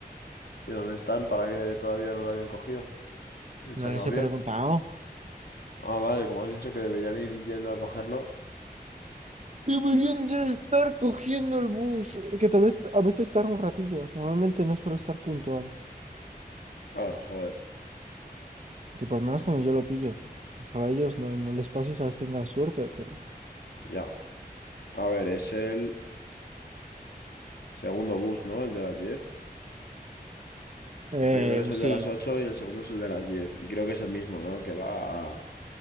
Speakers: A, on the left; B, on the right.
A: ¿Y dónde están para que todavía no lo hayan cogido? En
B: no
A: San
B: les
A: Gabriel.
B: he preguntado.
A: Ah, vale, como has dicho que deberían ir yendo a cogerlo.
B: Deberían ya estar cogiendo el bus, porque tal vez a veces tarda un ratillo. Normalmente no suelo estar puntual.
A: Ah, joder,
B: Tipo, al menos cuando yo lo pillo. Ojalá a ellos no, no les pase y sabes tengan suerte, pero...
A: ya. A ver, es el segundo bus, ¿no? El de las diez
B: Eh
A: El primero es el
B: sí,
A: de las 8 y el segundo es el de las diez Y creo que es el mismo, ¿no? Que va a